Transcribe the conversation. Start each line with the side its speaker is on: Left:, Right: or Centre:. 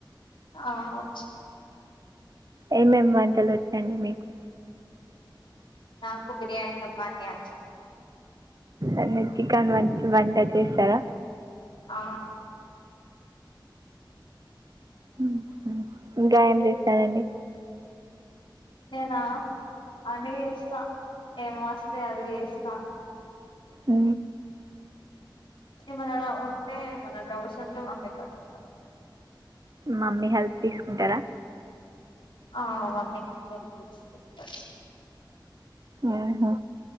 Left: ఆ వచ్చు
Right: ఏమేమి వంటలు వచ్చండి మీకు
Left: ఒక్క బిర్యానీ తప్ప అన్ని వచ్చు
Right: అన్ని చికెన్ వ వంట చేస్తారా
Left: ఆ
Right: ఉ <unintelligible> ఇంకా ఏమ్
Left: మీకు?
Right: చేస్తారండి
Left: నేనా అని చేస్తా ఎమ్ వస్తే అది చేస్తా
Right: ఉ
Left: ఏమనా ఉంటే ఏమనా డౌట్స్ ఉంటే మమ్మీ కి అడుగుతా
Right: మమ్మీ హెల్ప్ తీసుకుంటారా
Left: ఆ మమ్మీ హెల్ప్ తీసుకుంటా
Right: ఆహా